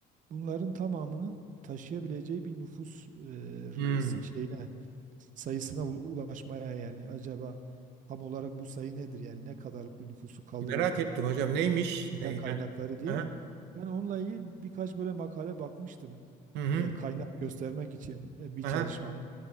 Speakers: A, on the right; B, on the right.
A: bunların tamamının taşıyabileceği bir nüfus e, r-
B: Hı.
A: s- şeyine sayısına u- ulaşmaya yani acaba tam olarak bu sayı nedir yani ne kadarlık bir nüfusu kaldırır
B: Merak ettim hocam. Neymiş? Ne,
A: ya
B: yani?
A: kaynakları diye.
B: Aha.
A: Ben onunla ilgili birkaç böyle makale bakmıştım.
B: Hı hı.
A: E, kaynak göstermek için e, bir
B: Aha.
A: çalışmamda.